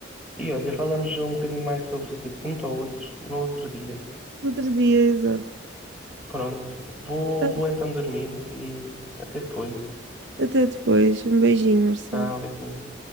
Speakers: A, in the centre; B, on the right.
A: e olha, falamos um bocadinho mais sobre esse assunto ou outro, no outro dia.
B: Outro dia, exato.
A: Pronto, vou,
B: Ah,
A: vou então dormir e até depois.
B: Até depois. Um beijinho, Marcelo.
A: Tchau, beijinho.